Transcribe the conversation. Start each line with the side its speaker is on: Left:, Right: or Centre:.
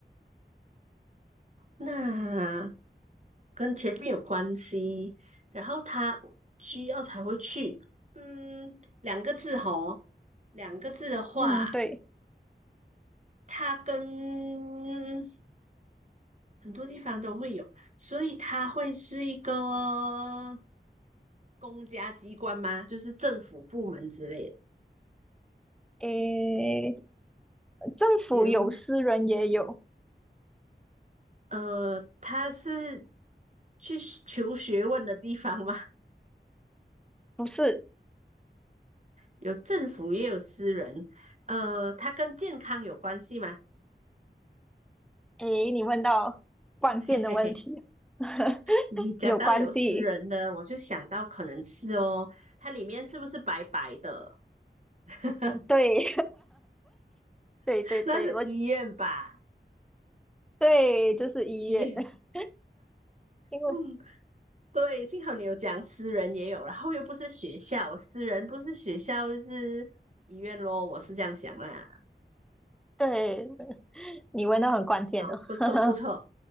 Right: 那跟前面有关系，然后他需要才会去。嗯，两个字吼，两个字的话，
Centre: 嗯，对，
Right: 它跟很多地方都会有，所以它会是一个公家机关吗？就是政府部门之类的。
Centre: 诶，政府有，
Right: 比如，
Centre: 私人也有，
Right: 呃，它是去求学问的地方吗？<laughs>
Centre: 不是，
Right: 有政府也有私人，呃，它跟健康有关系吗？
Centre: 诶，你问到关键的问题，
Right: <laughs>
Centre: <laughs>
Right: 你讲到有私人的，
Centre: 有关系，
Right: 我就想到可能是哦，它里面是不是白白的？<laughs>
Centre: 嗯，对，<laughs> 对对对，
Right: 那是医院吧？
Centre: 我对，这是医院，
Right: 医院。
Centre: <laughs> 因为
Right: 嗯，对，幸好你有讲私人也有，然后又不是学校，私人不是学校就是医院咯，我是这样想啦。
Centre: 对你问到很关键哦。
Right: 好，不错不错，
Centre: <laughs>